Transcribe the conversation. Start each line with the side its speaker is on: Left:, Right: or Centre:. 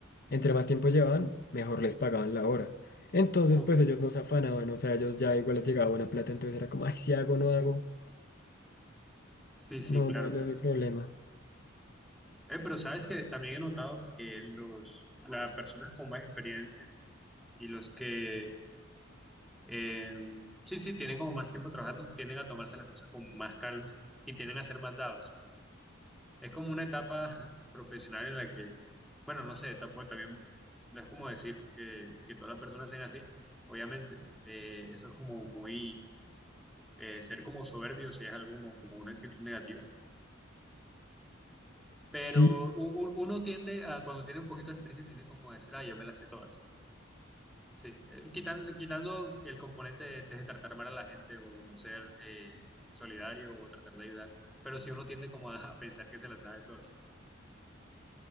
Left: entre más tiempo llevaban, mejor les pagaban la hora. Entonces,
Centre: Uf,
Left: pues ellos no se afanaban, o sea, ellos ya igual les llegaba buena plata, entonces era como, ay, si hago, no hago,
Centre: sí, sí,
Left: no,
Centre: claro.
Left: no, no es mi problema.
Centre: Eh, pero sabes que también he notado que los, las personas con más experiencia y los que, eh, sí, sí, tienen como más tiempo trabajando, tienden a tomarse las cosas con más calma y tienden a ser más dados. Es como una etapa <laughs> profesional en la que, bueno, no sé, tampoco también, no es como decir que, que todas las personas sean así. Obviamente, eh, eso es como muy, eh, ser como soberbio, si es algo como, como una actitud negativa. Pero
Left: sí
Centre: u- u- uno tiende a, cuando tiene un poquito de experiencia, tiende como a decir, ah, yo me las sé todas. Sí, quitando, quitando el componente de, de tratar mal a la gente o de no ser eh, solidario o tratar de ayudar. Pero si uno tiende como a, <laughs> a pensar que se las sabe todas.